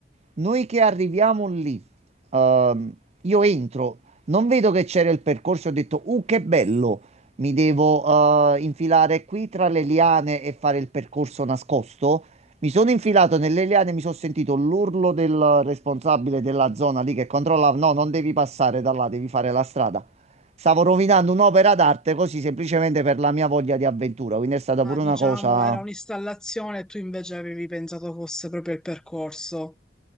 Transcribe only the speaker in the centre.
Ah,
diciamo,
era un'installazione e tu invece avevi pensato fosse proprio il percorso.